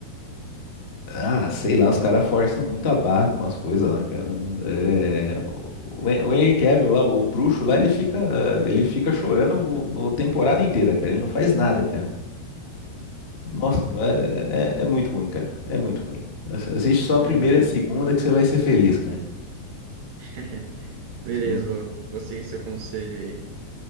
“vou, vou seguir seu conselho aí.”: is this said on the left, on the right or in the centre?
Right